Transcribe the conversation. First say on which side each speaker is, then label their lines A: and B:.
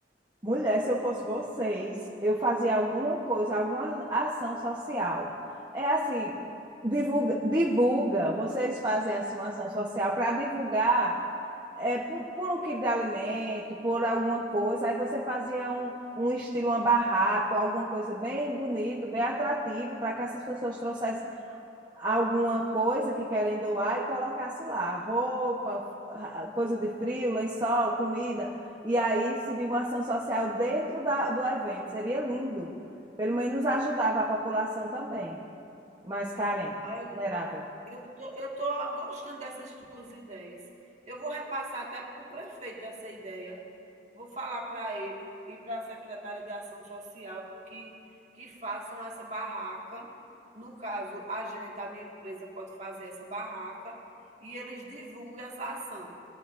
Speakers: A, on the right; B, on the right.
A: mulher, se eu fosse vocês, eu fazia alguma coisa, alguma ação social. É assim, divulga, divulga. Vocês fazem assim uma ação social para divulgar é, por, por, um quilo de alimento, por alguma coisa, aí você fazia um, um estilo, uma barraco, alguma coisa bem bonito, bem atrativo, para que essas pessoas trouxessem alguma coisa que querem doar e colocasse lá, roupa, ah, coisa de frio, lençol, comida, e aí seria uma ação social dentro da, do evento, seria lindo, pelo menos ajudava a população também, mais carente,
B: Aí
A: vulnerável.
B: eu eu tô eu tô gostando dessas tuas ideias. Eu vou repassar até para o prefeito essa ideia. Vou falar para ele e para a secretária de ação social que que façam essa barraca. No caso, a gente, a minha empresa pode fazer essa barraca e eles divulguem essa ação.